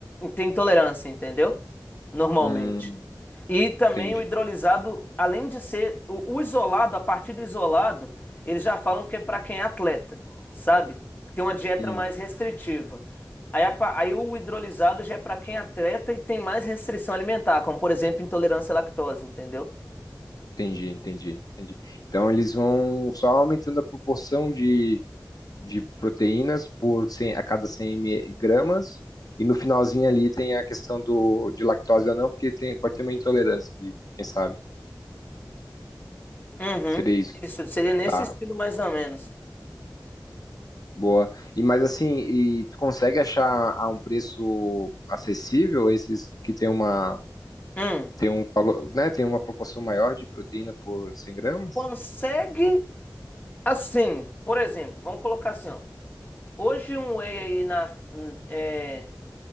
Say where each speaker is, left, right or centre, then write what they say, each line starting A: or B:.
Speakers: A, on the left; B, on the left.
A: tem intolerância, entendeu? Normalmente.
B: Hum,
A: E também
B: entendi.
A: o hidrolisado, além de ser o, o isolado, a partir do isolado, eles já falam que é para quem é atleta, sabe? Tem uma dieta
B: Hum,
A: mais restritiva. Aí, a pa- aí o hidrolisado já é para quem é atleta e tem mais restrição alimentar, como por exemplo intolerância à lactose, entendeu?
B: entendi, entendi, entendi. Então eles vão só aumentando a proporção de, de proteínas por 100, a cada 100 ml gramas e no finalzinho ali tem a questão do de lactose ou não, porque tem, pode ter uma intolerância ali, quem sabe.
A: Uhum.
B: Seria isso,
A: Isso seria nesse
B: tá?
A: estilo mais ou menos.
B: Boa. E mas assim, e tu consegue achar a um preço acessível esses que tem uma
A: Hum.
B: tem um valor, né, tem uma proporção maior de proteína por 100 gramas?
A: Consegue assim, por exemplo, vamos colocar assim, ó. Hoje um whey aí na, hum, é,